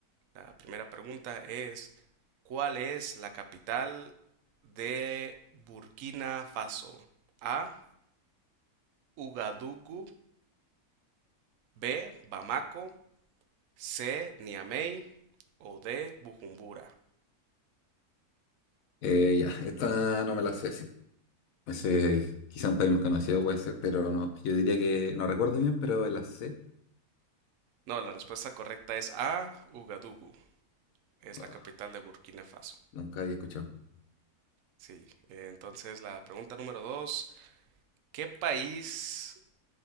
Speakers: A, on the right (about 65°); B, on the left (about 65°).
A: La primera pregunta es, ¿cuál es la capital de Burkina Faso? A, Ugadugu, B, Bamako, C. Niamey o D. Bujumbura.
B: Eh, ya, esta no me la sé, sí. Ese, quizá un país más conocido puede ser, pero no. Yo diría que no recuerdo bien, pero la sé.
A: No, la respuesta correcta es A. Ugadugu. Es
B: Oh,
A: la capital de Burkina Faso.
B: nunca había escuchado.
A: Sí. eh, Entonces, la pregunta número dos. ¿Qué país